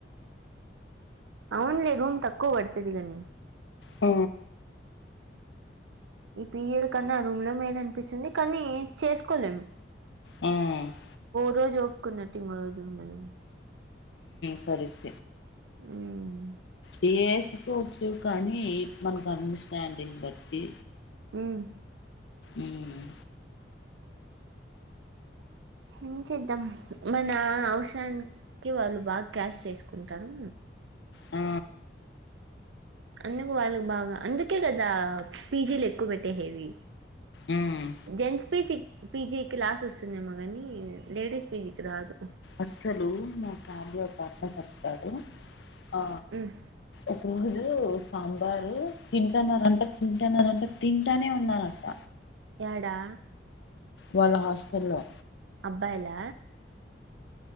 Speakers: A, on the right; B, on the left.
A: అవునులే రూమ్ తక్కువ పడుతుది కానీ
B: ఆ
A: ఈ పియల్ కన్నా రూమ్ లో మేద అనిపిస్తుంది కానీ చేసుకోలేము
B: ఆ ఉమ్
A: రోజు ఒకున్నటింగ్ రోజు ఉండదు
B: సరి స
A: మ్మ్
B: చేసుకోవచ్చు కానీ మనకు అండర్స్టాండింగ్ బట్టి
A: ఉమ్
B: ఉమ్
A: ఏం చేద్దాం మన అవసరానికి వాళ్ళు బాగా క్యాష్ చేసుకుంటారు
B: ఆ
A: అందుకు వాళ్ళకు బాగా అందుకే కదా పీజీలు ఎక్కువ పెట్టేసేది
B: ఉమ్
A: జెంట్స్ పిసి పీజీ లాస్ వస్తుందేమో కానీ లేడీస్ పీజీకి రాదు
B: అస్సలు నా క్యాబ్ లో ఒక అబ్బాయి చెప్తడు ఆ
A: ఉమ్
B: ఒకప్పు సాంబారు తింటన్నారు అంట తింటన్నారు అంట తింటానే ఉన్నానంట
A: ఎడా
B: వాళ్ళ హాస్టల్ లో
A: అబ్బాయిల